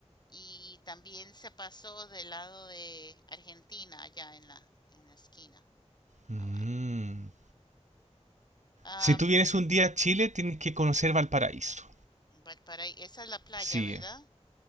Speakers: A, on the left (about 35°); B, on the right (about 85°).
A: y también se pasó del lado de Argentina, allá en la, en la esquina,
B: Mm.
A: abajo. Am,
B: Si tú vienes un día a Chile, tienes que conocer Valparaíso.
A: pa- para, ahí- esa es la playa,
B: Sí,
A: ¿verdad?